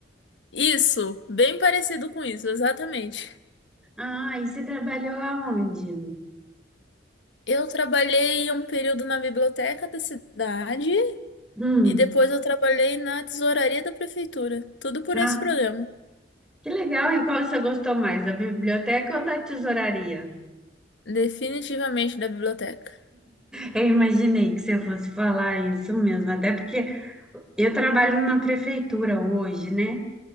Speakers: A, on the left (about 80°); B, in the centre.
A: isso, bem parecido com isso, exatamente.
B: Ah, e você trabalhou aonde?
A: Eu trabalhei um período na biblioteca da cidade
B: Hum.
A: e depois eu trabalhei na tesouraria da prefeitura. Tudo por
B: Ah,
A: esse programa.
B: que legal. E qual você gostou mais, da biblioteca ou da tesouraria?
A: Definitivamente da biblioteca.
B: Eu imaginei que você fosse falar isso mesmo, até porque eu trabalho na prefeitura hoje, né?